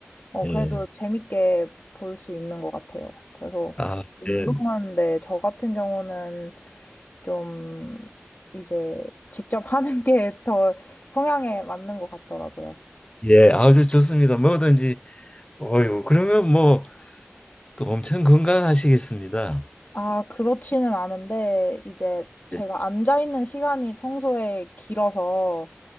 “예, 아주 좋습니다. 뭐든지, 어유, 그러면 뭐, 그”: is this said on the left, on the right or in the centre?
Left